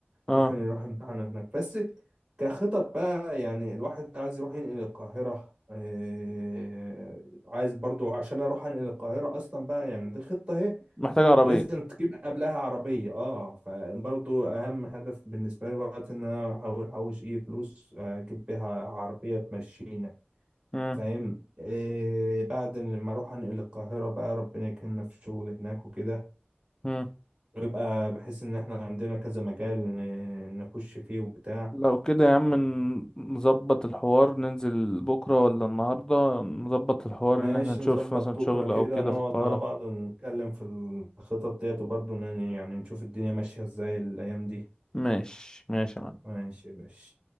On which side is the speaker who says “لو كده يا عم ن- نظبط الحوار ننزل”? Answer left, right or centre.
Left